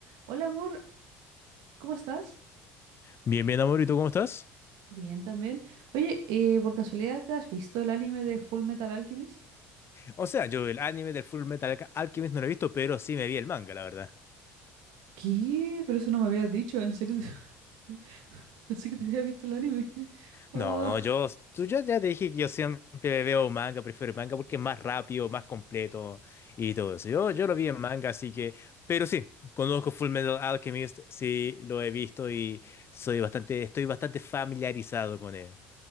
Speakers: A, on the right (about 75°); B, on the left (about 40°).
A: Hola amor, ¿cómo estás?
B: Bien, bien, amor, ¿y tú cómo estás?
A: Bien también. Oye, eh, por casualidad, ¿te has visto el anime de Full Metal Alchemist?
B: O sea, yo el anime del Full Metal Alca- Alchemist no lo he visto, pero sí me vi el manga, la verdad.
A: ¿Qué? Pero eso no me habías dicho, en serio. <laughs> Pensé que te había visto el anime. <laughs> Oh.
B: No, no, yo, tú, yo ya te dije que yo siempre veo manga, prefiero el manga porque es más rápido, más completo y todo eso. Yo, yo lo vi en manga, así que, pero sí, conozco Full Metal Alchemist, sí, lo he visto y soy bastante, estoy bastante familiarizado con él.